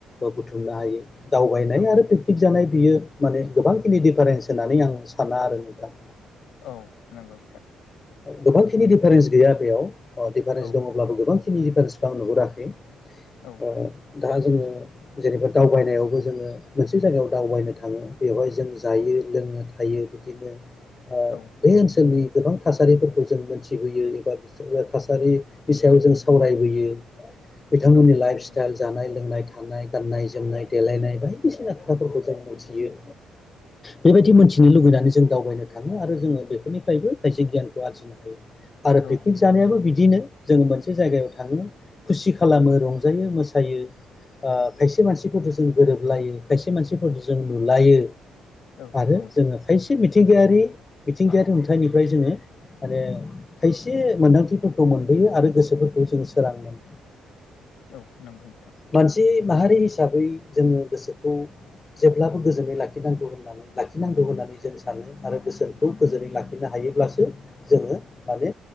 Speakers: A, on the left; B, on the left.
A: बुथुमनो हायो दावबायनाय
B: औ
A: आरो पिकनिक जानाय बियो माने गोबांखिनि दिफारेन्स होननानै आं साना आरो नोंथां
B: औ नंगौ बिथां
A: गोबांखिनि दिफारेन्स गैया बेयाव दिफारेन्स
B: औ
A: दङब्लाबो गोबांखिनि दिफारेन्सखौ आं नुहुराखै
B: औ
A: ओ दा जोङो जेनेबा दावबायनायावबो जोङो मोनसे जायगायाव दावबायनो थाङो बेवहाय जों जायो लोङो थायो बिदिनो ओ
B: औ
A: बे ओनसोलनि गोबां थासारिफोरखौ जों मोनथिबोयो एबा थासारिनि सायाव जों सावरायबोयो बिथांमोननि
B: औ नंगौ
A: लाइफ
B: नोंथां
A: स्टाइल जानाय लोंनायखौ थानाय गाननाय जोमनाय देलायनाय बायदिसिना खोथाफोरखौ जों मिथियो
B: <inaudible>
A: बेबायदि मोन्थिनो लुुबैनानै जों दावबायनो थाङो आरो जोङो बेफोरनिफ्रायबो खायसे गियानखौ आरजिनो हायो आरो
B: औ
A: पिकनिक
B: नंगौ
A: जानायाबो
B: नोंथां
A: बिदिनो जोङो मोनसे जायगायाव थाङो खुसि खालामो रंजायो मोसायो ओ खायसे मानसिफोरजों जों गोरोबलायो खायसे मानसिफोरफोरखौ जों नु लायो
B: औ नंगौ
A: आरो
B: नोंथां
A: जोङो खायसे मिथि मिथिंगायारि मिथिंगायारि नुथायनिफ्राय जोङो माने खायसे मोनदांथिफोरखौ मोनबोयो आरो गोसोफोरखौ जों सोरां मोनो
B: औ नंगौ नोंथां
A: मानसि माहारि हिसाबै जोङो गोसोखौ जेब्लाबो गोजोनै लाखिनांगौ होननानै लाखिनांगौ होननानै जों सानो आरो गोसोनखौ गोजोनै लाखिनो हायोब्लासो जोङो माने